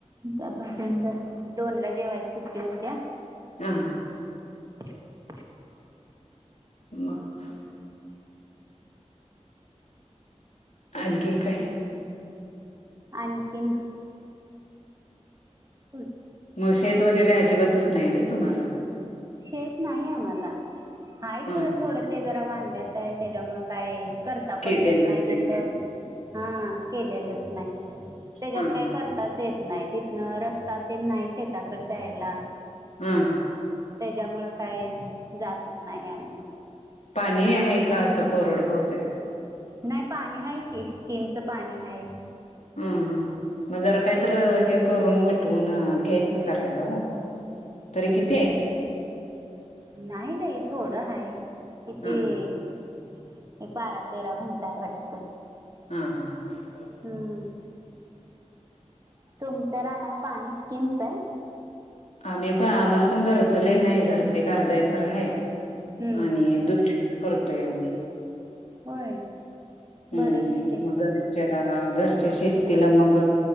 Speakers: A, on the right (about 30°); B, on the left (about 75°).
A: त्याजून दोन ला जेवायच सुट्टी होत्या <inaudible>
B: हा
A: <unintelligible>
B: मग आणखीन काय
A: आणखीन <inaudible>
B: मग शेत वगैरे अजिबातच नाही व्हय तुम्हाला?
A: शेत नाही आम्हाला. हाय
B: हम्म
A: खरं
B: हम्म
A: थोडं ते जरा वांध्यात आहे त्याच्यामुं काय करता
B: केलेलंच
A: पण येत नाही तिथ!
B: काय
A: हा केलेलंच नाही त्याच्यात
B: हा
A: काही
B: हा
A: करताच येत नाही तिथन रस्ता ते नाही शेताकडे जायला,
B: हम्म
A: त्याच्यामुळं काही जातच नाही आम्ही मग
B: पाणी आहे का असं कोरड भाऊच आहे
A: नाही पाणी हय कि स्कीमचं पाणी हय
B: हा मग जर काहीत हे करून मिटवून घ्यायचं करायला हो तरी किती आहे
A: नाही नाही थोडं हाय किती
B: हा
A: एक बारा तेरा गुंठा आहे वाटत.
B: <unintelligible>
A: <unintelligible> तुमच्या राना पाणी स्कीमच आहे
B: आम्ही पण आम्हाला पण घरच लयं नाही घरचे एक आरदा एकर हाय
A: हम्म.
B: आणि दुसऱ्याच करतोय आम्ही.
A: होय
B: हम्म
A: बरं आहे की ते
B: मग घरच्या घर शेतीला मग